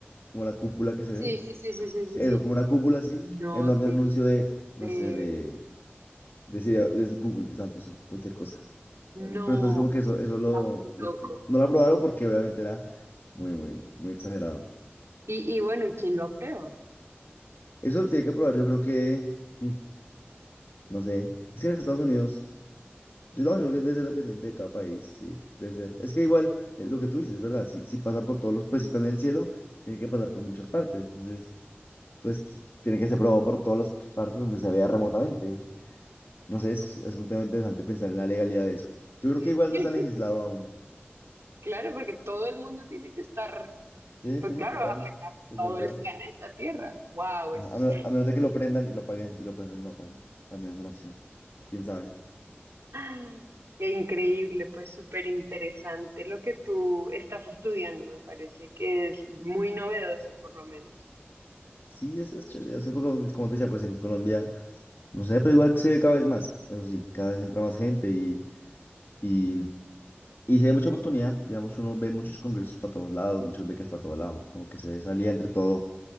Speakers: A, on the left; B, on the right.
A: Como la cúpula que se
B: Sí,
A: ve.
B: sí, sí, sí, sí,
A: Sí,
B: sí,
A: Eso,
B: sí.
A: como una cúpula así,
B: No
A: enorme
B: te
A: anuncio de,
B: creo.
A: no sé, de, de, de, de Google, de Samsung, cualquier cosa. El-
B: No,
A: Pero entonces como que eso, eso lo,
B: está muy
A: lo-
B: loco.
A: no lo aprobaron porque obviamente era muy, muy, muy exagerado.
B: Y, y bueno, ¿y quién lo aprueba?
A: Eso lo tiene que aprobar, yo creo que, mm, no sé, es que en Estados Unidos, yo no, yo creo que debe ser dependiente de cada país, sí, debe ser. Es que igual, eh, lo que tú dices, ¿verdad? Si, si pasa por todos los, pues si está en el cielo, tiene que pasar por muchas partes, entonces, pues qui- tiene que ser aprobado por todas las partes donde se vea remotamente. No sé, es, es un tema interesante pensar en la legalidad de eso. Yo creo
B: <laughs>
A: que igual no está legislado aún.
B: Claro, porque todo el mundo tiene que estar,
A: Sí,
B: pues
A: sí,
B: claro,
A: total,
B: va a afectar
A: es
B: todo
A: verdad.
B: el planeta Tierra. ¡Wow! Eso
A: Ajá, A
B: está
A: menos, a menos de que lo prendan y lo apaguen, y lo prendan y lo apaguen. También es una opción. ¿Quién sabe?
B: <gasps> Qué increíble, pues súper interesante lo que tú estás estudiando, me parece que es muy novedoso por lo menos.
A: Sí, eso es chévere. Yo sé, porque como, como te decía, pues en Colombia, no sé, pero igual se ve cada vez más. Eso sí, cada vez entra más gente y, y, y se ve mucha oportunidad. Digamos, uno ve muchos congresos para todos lados, muchas becas para todos lados. Como que se ve salida entre todo,